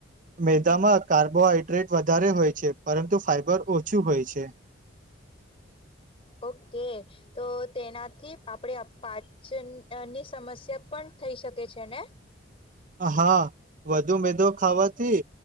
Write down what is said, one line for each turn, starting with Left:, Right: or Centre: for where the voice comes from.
Right: મેદામાં કાર્બોહાઈડ્રેટ વધારે હોય છે પરંતુ ફાઈબર ઓછું હોય છે. <inaudible> <inaudible>
Left: ઓકે તો તેનાથી આપણે પાચન અની સમસ્યા પણ થઈ. શકે છે ને
Right: હા વધુ મેદો ખાવાથી